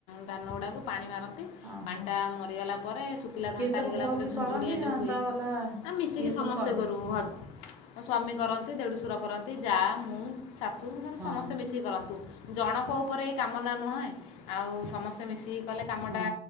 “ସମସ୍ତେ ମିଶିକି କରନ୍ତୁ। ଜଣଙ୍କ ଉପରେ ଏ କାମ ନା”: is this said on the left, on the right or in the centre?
Left